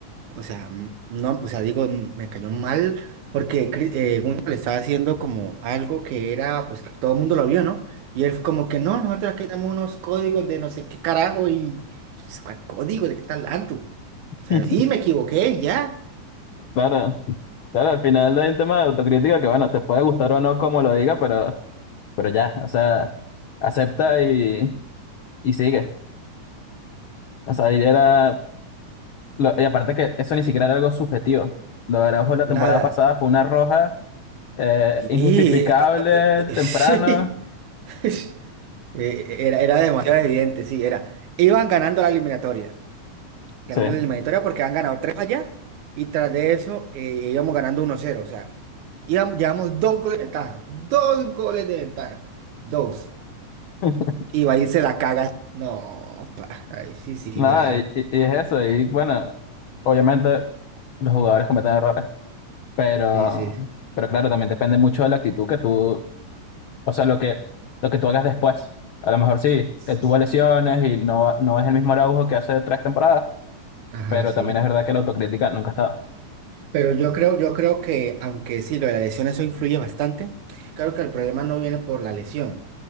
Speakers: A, on the right (about 75°); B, on the left (about 80°).
A: O sea, m- no, o sea, digo, m- me cayó mal porque Cri- eh, Gunter le estaba haciendo como algo que era, pues que todo el mundo lo vio, ¿no? Y él como que no, nosotros aquí tenemos unos códigos de no sé qué carajo y pues, ¿cuál código? ¿De qué estás hablando? O sea,
B: <laughs>
A: sí, me equivoqué, y ya.
B: Claro, claro, al final hay un tema de autocrítica que, bueno, te puede gustar o no como lo diga, pero, pero ya, o sea, acepta y, y sigue. O sea, y era, lo- y aparte que eso ni siquiera era algo subjetivo. Lo de Araujo la
A: Nada.
B: temporada pasada fue una roja eh,
A: Y
B: injustificable,
A: ah, ah, eh,
B: temprano.
A: <laughs> sí. <laughs> Eh, Era, era demasiado evidente, sí, era. Iban ganando la eliminatoria. ganándole
B: Sí.
A: la Eliminatoria porque han ganado tres allá y tras de eso eh, íbamos ganando uno cero O sea, íbamos- llevamos dos goles de ventaja. Dos goles de ventaja. Dos.
B: <laughs>
A: Y va a irse la caga. No, pa, ay, sí, sí,
B: Nada,
A: grave.
B: y, y- y es eso. Y bueno, obviamente los jugadores cometen errores, pero,
A: Sí, sí.
B: pero claro, también depende mucho de la actitud que tú, o sea, lo que, lo que tú hagas después. A lo mejor sí,
A: S-
B: él tuvo lesiones y no, no es el mismo Araujo que hace tres temporadas,
A: Ajá,
B: pero
A: sí.
B: también es verdad que la autocrítica nunca está.
A: Pero yo creo, yo creo que, aunque sí, lo de la lesión eso influye bastante, creo que el problema no viene por la lesión.